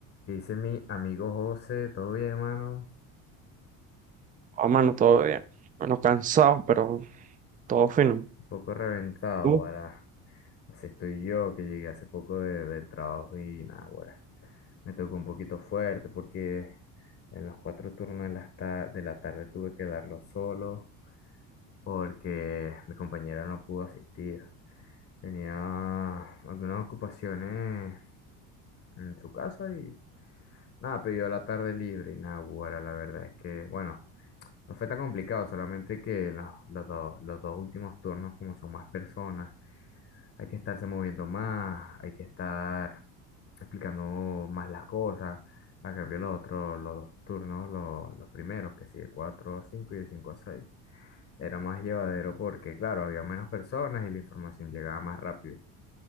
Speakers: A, on the left; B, on the right.
A: ¿Qué dice mi amigo José? ¿Todo bien, hermano?
B: Oh, mano, todo bien. Bueno, cansado, pero todo fino.
A: Un poco reventado,
B: ¿Tú?
A: ahora. Así estoy yo, que llegué hace poco de- del trabajo y nada, ahora. Me tocó un poquito fuerte porque en los cuatro turnos de la, ta- de la tarde tuve que darlo solo porque mi compañera no pudo asistir. Tenía algunas ocupaciones en su casa y nada, pidió la tarde libre y nada, guara, la verdad es que, bueno, no fue tan complicado, solamente que los, los dos, los dos últimos turnos, como son más personas, hay que estarse moviendo más, hay que estar explicando más las cosas. A cambio, los otros, los dos turnos, los, los primeros, que sí, de 4 a 5 y de 5 a 6 era más llevadero porque, claro, había menos personas y la información llegaba más rápido.